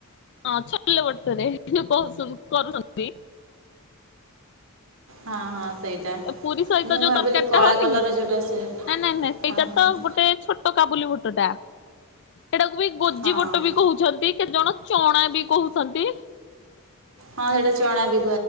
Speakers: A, on the left; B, on the right.
A: ହଁ ଛୋଲେ ବଟରେ। କହୁ କରୁଛନ୍ତି।
B: ହଁ ହଁ ସେଇଟା
A: ପୁରୀ ସହିତ
B: ମୁଁ
A: ଯୋଉ
B: ଭାବିଲି
A: ତରକାରୀ
B: କଳା
A: ଟା ହଉନି
B: କଲର
A: କି
B: ଯୋଉଟା ଆସେ।
A: ନାଇଁ ନାଇଁ ନାଇଁ ସେଇଟା
B: ହଁ ହଁ
A: ତ
B: ହଁ
A: ଗୋଟେ ଛୋଟ କାବୁଲି ବୁଟେ ତୋଟା ଏଇଟାକୁ ବି ଗୋଜି
B: ହଁ
A: ବଟ ବି କହୁଛନ୍ତି କେତ ଜଣ ଚଣା ବି କହୁଛନ୍ତି
B: ହଁ ସେଇଟା ଚନା ବି